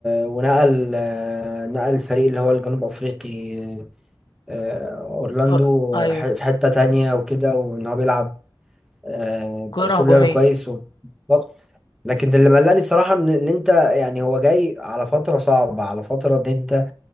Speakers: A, in the centre; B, on the left.
A: ونقل آه، نقل الفريق اللي هو الجنوب افريقي آه، اورلاندو
B: أه، ايوه
A: ح- في حته تانية وكده وان هو بيلعب آه،
B: كرة
A: باسلوب
B: هجومية
A: لعب كويس بالظبط لكن اللي مقلقني الصراحه ان إن انت يعني هو جاي على فتره صعبه على فتره ان انت